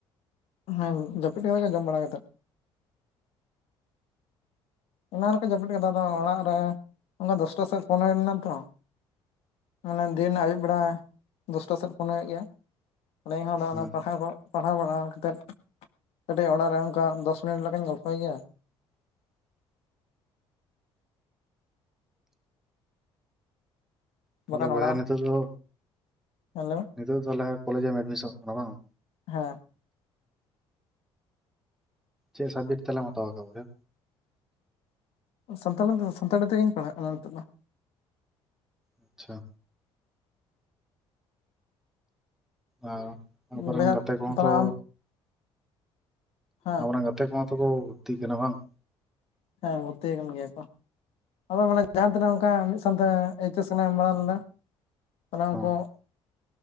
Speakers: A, on the left; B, in the centre.
A: ᱦᱮᱸ ᱡᱟᱹᱯᱤᱫ ᱠᱮᱫᱟ ᱠᱚ ᱡᱚᱢ ᱵᱟᱲᱟ ᱠᱟᱛᱮᱜ ᱮᱱᱟᱝ ᱨᱮᱠᱚ ᱡᱟᱹᱯᱤᱫ ᱠᱮᱫᱟ ᱟᱫᱚ ᱚᱲᱟᱜ ᱨᱮ ᱚᱱᱠᱟ ᱫᱚᱥᱴᱟ ᱥᱮᱫ ᱯᱷᱳᱱ ᱦᱩᱭ ᱞᱮᱱᱟ ᱛᱚ ᱢᱟᱱᱮ ᱫᱤᱱ ᱟᱹᱭᱩᱵ ᱵᱮᱲᱟ ᱫᱚᱥᱴᱟ ᱥᱮᱫ ᱯᱷᱳᱱ ᱦᱩᱭᱩᱜ ᱜᱮᱭᱟ ᱞᱟᱹᱭ ᱫᱟᱹᱧ
B: ᱦᱩᱸ
A: ᱚᱱᱟ ᱯᱟᱲᱦᱟᱣ ᱠᱚ ᱯᱟᱲᱦᱟᱣ ᱵᱟᱲᱟ ᱠᱟᱛᱮᱫ ᱠᱟᱹᱴᱤᱡ ᱚᱲᱟᱜ ᱨᱮ ᱚᱱᱠᱟ ᱫᱚᱥ ᱢᱤᱱᱤᱴ ᱞᱮᱠᱟᱧ ᱜᱚᱞᱯᱷᱚᱭ ᱜᱮᱭᱟ
B: <inaudible> ᱛᱟᱦᱚᱞᱮ
A: ᱵᱟᱠᱷᱟᱱ
B: ᱵᱚᱭᱟ
A: ᱚᱲᱟᱜ
B: ᱱᱤᱛᱚᱜ ᱫᱚ
A: ᱦᱮᱸ ᱞᱟᱹᱭ ᱢᱮ
B: ᱱᱤᱛᱚᱜ ᱛᱟᱦᱚᱞᱮ ᱠᱚᱞᱮᱡᱮᱢ ᱮᱰᱢᱤᱥᱚᱱᱚᱜ ᱠᱟᱱᱟ ᱵᱟᱝ
A: ᱦᱮᱸ
B: ᱪᱮᱫ ᱥᱟᱚᱵᱡᱮᱠᱴ ᱛᱟᱦᱞᱮᱢ ᱦᱟᱛᱟᱣᱟ ᱠᱟ-ᱟ ᱵᱚᱭᱦᱟ
A: ᱥᱟᱱᱛᱟᱲᱤ ᱥᱟᱱᱛᱟᱲᱤ ᱛᱮᱜᱤᱧ ᱯᱟᱲᱦᱟᱜ ᱠᱟᱱᱟ ᱱᱤᱛᱚᱜ ᱫᱚ
B: ᱟᱪᱪᱷᱟ ᱟᱨ ᱟᱯᱚᱨᱱ
A: ᱫᱚ ᱵᱚᱭᱦᱟ
B: ᱜᱟᱛᱮ ᱠᱚᱦᱚᱸ
A: ᱛᱟᱦᱚᱞᱮ
B: ᱛᱚ
A: ᱟᱢ ᱦᱮᱸ
B: ᱟᱵ ᱚᱱᱟ ᱜᱟᱛᱮ ᱠᱚ ᱢᱟ ᱛᱚᱠᱚ ᱵᱷᱚᱛᱛᱤᱜ ᱠᱟᱱᱟ ᱵᱟᱝ
A: ᱦᱮᱸ ᱵᱷᱩᱨᱛᱤ ᱟᱠᱟᱱ ᱜᱮᱭᱟ ᱠᱚ ᱟᱫᱚ ᱢᱟᱱᱮ ᱡᱟᱦᱟᱸ ᱛᱤᱱᱟᱹᱜ ᱚᱱᱠᱟ ᱢᱤᱫ ᱥᱟᱶᱛᱮ ᱮᱭᱤᱪ ᱮᱥ ᱠᱚᱮ ᱮᱢ ᱵᱟᱲᱟ ᱞᱮᱫᱟ ᱥᱟᱱᱟᱢ
B: ᱦᱮᱸ
A: ᱠᱚ